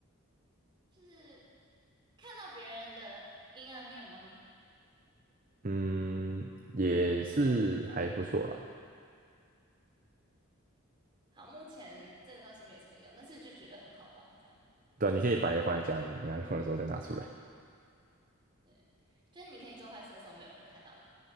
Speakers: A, on the right; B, on the right.
A: 就是看到别人的阴暗面吗？
B: 嗯，也是还不错啦。
A: 就是。好，目前这个东西没什么用，但是就觉得很好玩，这样。
B: 对啊，你可以把一个放在家里面，你要用的时候再拿出来。
A: 对，就是你可以做坏事的时候，没有人看到你。